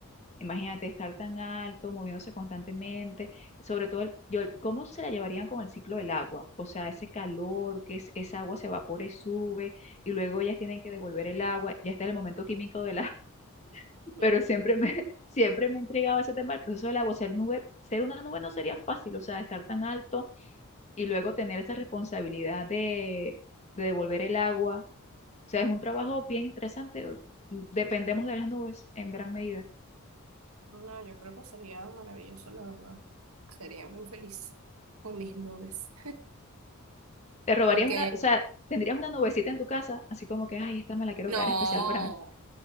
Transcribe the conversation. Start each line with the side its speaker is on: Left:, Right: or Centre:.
Left: imagínate, estar tan alto, moviéndose constantemente, sobre todo, el- yo, ¿cómo se la llevarían con el ciclo del agua? O sea, ese calor, que es, esa agua se evapora y sube, y luego ellas tienen que devolver el agua, ya está el momento químico de la, <laughs>
Right: <laughs>
Left: pero siempre me, <laughs> siempre me ha intrigado ese tema el proceso del agua, ser nube, ser una nube no sería fácil, o sea, estar tan alto y luego tener esa responsabilidad de de devolver el agua sea, es un trabajo bien interesante. o- Dependemos de las nubes en gran medida.
Right: No, yo creo que sería maravilloso, la verdad. Sería muy feliz con mis nubes.
Left: Te robarías
Right: Ok,
Left: una, o sea, tendrías una nubecita en tu casa, así como que, ay, esta me la quiero
Right: no,
Left: quedar especial para mí.